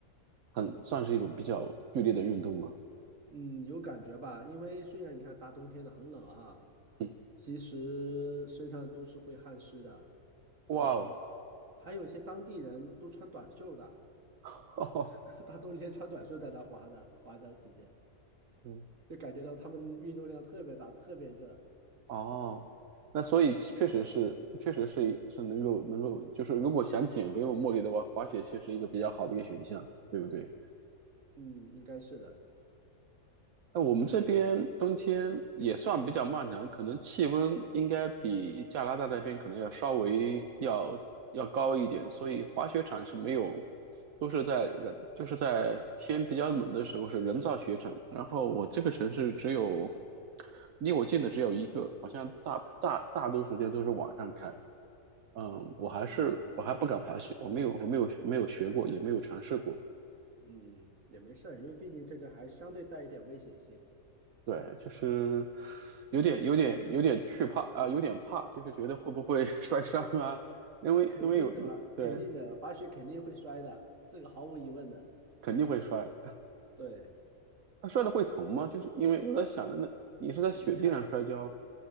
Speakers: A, on the right; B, on the right.
A: 很算是一种比较剧烈的运动吗？
B: 嗯，有感觉吧？因为虽然你看大冬天的很冷哈，
A: 嗯，
B: 其实身上都是会汗湿的，
A: 哇哦，
B: 都会出。还有一些当地人都穿短袖的，
A: <laughs> 哦
B: <laughs> 大冬天穿短袖在那滑的，滑的时间
A: 对，
B: 就感觉到他们运动量特别大，特别热。
A: 哦，那所以确实是，确实是是能够能够，就是如果想减肥或目的的话，滑雪确实一个比较好的一个选项，对不对？
B: 嗯，应该是的。
A: 那我们这边冬天也算比较漫长，可能气温应该比加拿大那边可能要稍微要要高一点，所以滑雪场是没有，都是在人就是在天比较冷的时候是人造雪场。然后我这个城市只有离我近的只有一个，好像大大大多时间都是晚上开。嗯，我还是我还不敢滑雪，
B: 哦，
A: 我没有我没有没有学过，也没有尝试过。
B: 嗯，也没事儿，因为毕竟这个还相对带一点危险性，
A: 对，就是有点、有点、有点惧怕啊、有点怕，就是觉得会不会 <laughs> 摔伤啊？因为因为有有对，
B: 肯定的嘛，肯定的，滑雪肯定会摔的，这个毫无疑问的。
A: 肯定会摔。
B: 对，
A: 那摔了会疼吗？就是因为我在想着，那你是在雪地上摔跤，
B: 那就看，